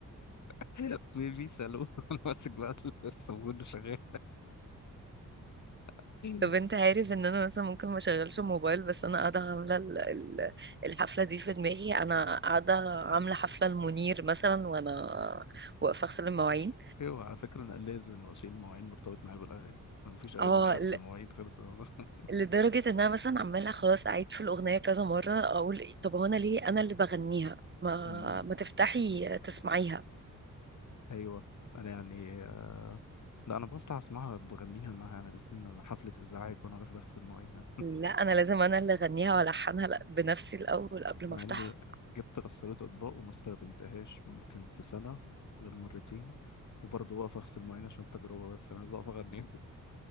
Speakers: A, on the left (about 60°); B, on the right (about 35°).
A: <laughs> بيبي سالون <laughs> وأنا ماسك بقى الصابون وشغال <laughs>
B: طب انت عارف ان انا مثلا ممكن ما اشغلش الموبايل بس انا قاعده عامله ال- ال- الحفله دي في دماغي انا قاعده عامله حفله المنير مثلا وانا واقفه اغسل المواعين
A: أيوه على فكرة أنا لازم أشيل المواعين مرتبط معايا بالأغاني أنا مفيش أغاني
B: اه
A: مش هغسل المواعين خالص أنا ده. <laughs>
B: لدرجة ان انا مثلا عمالة خلاص اعيد في الاغنية كذا مرة اقول إيه، طب هو انا ليه انا اللي بغنيها ما
A: أمم،
B: ما تفتحي تسمعيها
A: أيوه أنا يعني آه، لا انا بفتح اسمعها بغنيها معاها انا الاتنين انا حفلة ازعاج وانا واقف بغسل مواعينها
B: لا انا لازم انا اللي اغنيها والحنها لأ، بنفسي الاول قبل
A: مع
B: ما افتحها
A: اني جبت غسالة اطباق وما استخدمتهاش ممكن في سنة غير مرتين وبرضه واقف اغسل مواعين عشان التجربة بس انا عايز اقف اغني